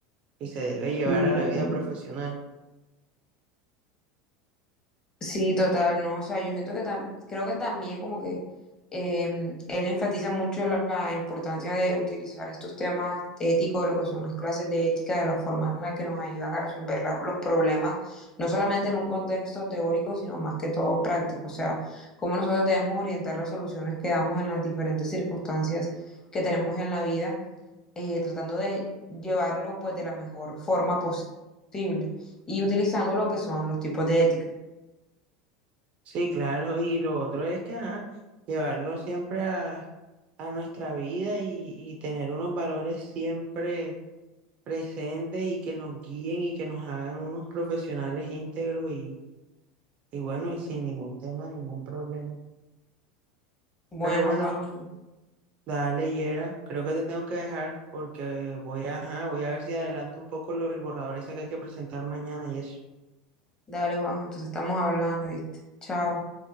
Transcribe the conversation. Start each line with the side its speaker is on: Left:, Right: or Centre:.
Right: y se debe llevar
Left: Sí,
Right: a la
Left: total.
Right: vida profesional.
Left: Sí, total, no, o sea, yo siento que tam- creo que también como que em, él enfatiza mucho la, la importancia de utilizar estos temas éticos, lo que son las clases de ética, de la forma en la que nos ayudan a resolver la- los problemas, no solamente en un contexto teórico, sino más que todo práctico, o sea, cómo nosotros debemos orientar las soluciones que damos en las diferentes circunstancias que tenemos en la vida eh, tratando de llevarlo pues de la mejor forma posible y utilizando lo que son los tipos de ética.
Right: Sí, claro, y lo otro es que, ajá, llevarlo siempre a, a nuestra vida y, y tener unos valores siempre presentes y que nos guíen y que nos hagan unos profesionales íntegros y, y bueno, y sin ningún tema, ningún problema.
Left: Bueno,
Right: Pero bueno,
Left: Juanjo,
Right: dale, Yera, creo que te tengo que dejar porque voy a, ajá, voy a ver si adelanto un poco lo del borrador ese que hay que presentar mañana y eso.
Left: dale Juanjo, entonces estamos hablando, ¿viste? Chao.